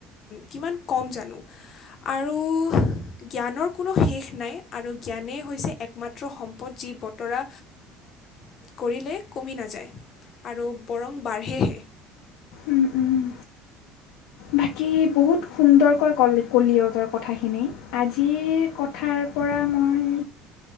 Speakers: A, on the left; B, on the left.
A: কিমান কম জানো আৰু জ্ঞানৰ কোনো শেষ নাই আৰু জ্ঞানেই হৈছে একমাত্ৰ সম্পদ যি বতৰা কৰিলে কমি নাযায় আৰু বৰং বাঢ়েহে।।
B: উম, উম। বাকী বহুত সুন্দৰকৈ কল কলি', তই কথাখিনি আজিৰ কথাৰ পৰা মই